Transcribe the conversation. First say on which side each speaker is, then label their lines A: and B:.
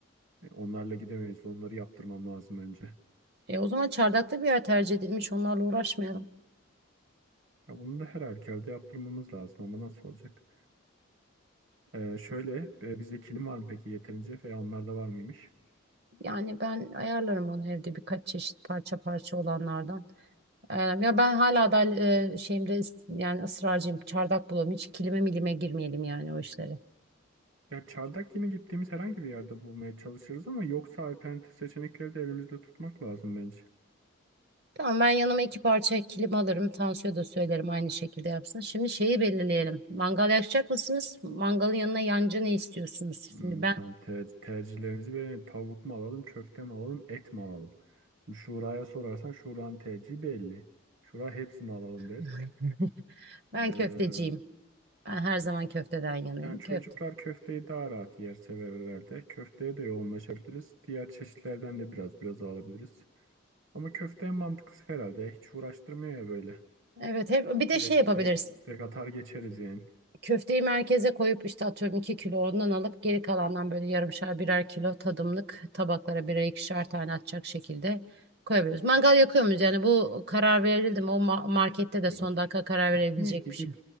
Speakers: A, on the right; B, on the right.
A: E, Onlarla gidemeyiz. Onları yaptırmam lazım önce.
B: e, o zaman çardakta bir yer tercih edilmiş onlarla uğraşmayalım.
A: Ya bunu da her halükarda yaptırmamız lazım ama nasıl olacak? E, şöyle e, bizde kilim var mı peki yeterince veya onlarda var mıymış?
B: Yani ben ayarlarım onu evde birkaç çeşit parça parça olanlardan. Ayarlarım. Ya ben hala da e, şeyimde is- yani ısrarcıyım. Çardak bulalım. Hiç kilime milime girmeyelim yani o işlere.
A: Ya çardak yine gittiğimiz herhangi bir yerde bulmaya çalışırız ama yoksa alternatif seçenekleri de elimizde tutmak lazım bence.
B: Tamam ben yanıma iki parça kilim alırım. Tansu'ya da söylerim aynı şekilde yapsın. Şimdi şeyi belirleyelim. Mangal yakacak mısınız? Mangalın yanına yancı ne istiyorsunuz?
A: Hmm,
B: Şimdi ben
A: tam ter- tercihlerinizi verin. Tavuk mu alalım, köfte mi alalım, et mi alalım? Şura'ya sorarsan Şura'nın tercihi belli. Şura hepsini alalım der.
B: <laughs> ben
A: E,
B: köfteciyim. Ben her zaman köfteden yanayım.
A: Yani çocuklar
B: Köfte.
A: köfteyi daha rahat yer sever herhalde. Köfteye de yoğunlaşabiliriz. Diğer çeşitlerden de biraz biraz alabiliriz. Ama köfte en mantıklısı herhalde. Hiç uğraştırmıyor ya böyle.
B: Evet hep bir de
A: Direkt,
B: şey yapabiliriz.
A: direkt, direkt atar geçeriz yani.
B: Köfteyi merkeze koyup işte atıyorum iki kilo ondan alıp geri kalandan böyle yarımşar birer kilo tadımlık tabaklara birer ikişer tane atacak şekilde koyabiliriz. Mangal yakıyor muyuz? Yani bu karar verildi mi? O ma- markette de
A: Ya
B: son dakika karar
A: pikniğe
B: verebilecek
A: gidip
B: bir şey.